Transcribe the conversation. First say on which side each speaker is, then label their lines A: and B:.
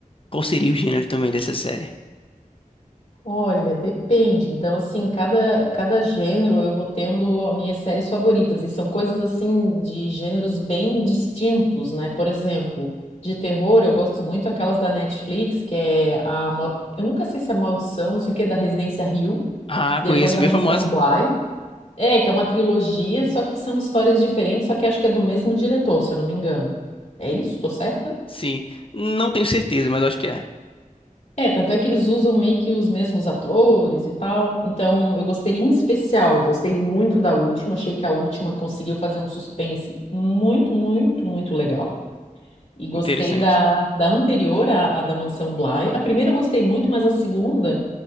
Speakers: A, on the left; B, on the left.
A: Qual seria o gênero também dessa série?
B: Olha, depende. Então, assim, cada, cada gênero eu vou tendo as minhas séries favoritas. E são coisas, assim, de gêneros bem distintos, né? Por exemplo, de terror, eu gosto muito aquelas da Netflix, que é a. Mal- Eu nunca sei se é Maldição, não sei o que, da Residência Hill.
A: Ah,
B: Depois
A: conheço,
B: a
A: bem
B: Mansão
A: famosa.
B: Bly. É, que é uma trilogia, só que são histórias diferentes, só que acho que é do mesmo diretor, se eu não me engano. É isso? Tô certa?
A: Sim. Não tenho certeza, mas acho que é.
B: É, tanto é que eles usam meio que os mesmos atores e tal. Então, eu gostei em especial, gostei muito da última. Achei que a última conseguiu fazer um suspense muito, muito, muito legal. E gostei
A: Interessante.
B: da, da anterior, à à da Mansão Bly. A primeira eu gostei muito, mas a segunda